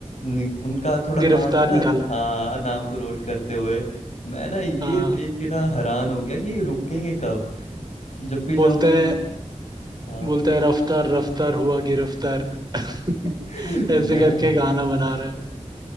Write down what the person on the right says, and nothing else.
गिरफ्तार
निकाला
हाँ
बोलता
है
बोलता है रफ्तार रफ्तार हुआ गिरफ्तार <laughs>
ऐसे करके गाना बना रहे हैं